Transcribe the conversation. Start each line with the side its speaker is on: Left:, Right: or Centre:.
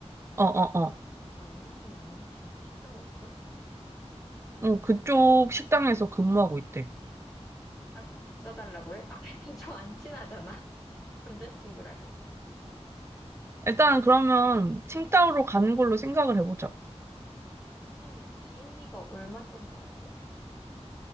Right: 어, 어, 어.
Centre: 아, 영경 언니 남자친구가 칭다오였어?
Right: 응, 그쪽 식당에서 근무하고 있대.
Centre: 아, 밥 사달라고 해? 아, 근데 좀안 친하잖아. <laughs> 남자친구랑은.
Right: 일단 그러면 칭따오로 가는 걸로 생각을 해보자.
Centre: 지금 비행기가 얼마 정도 하지?